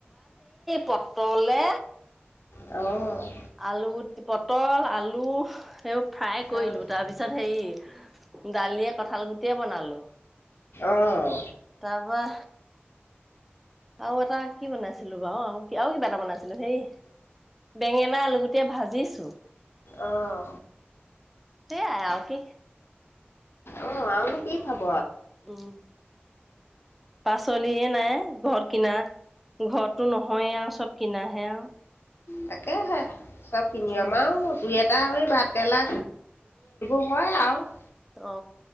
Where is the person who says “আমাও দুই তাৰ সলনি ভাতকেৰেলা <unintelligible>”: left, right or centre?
Left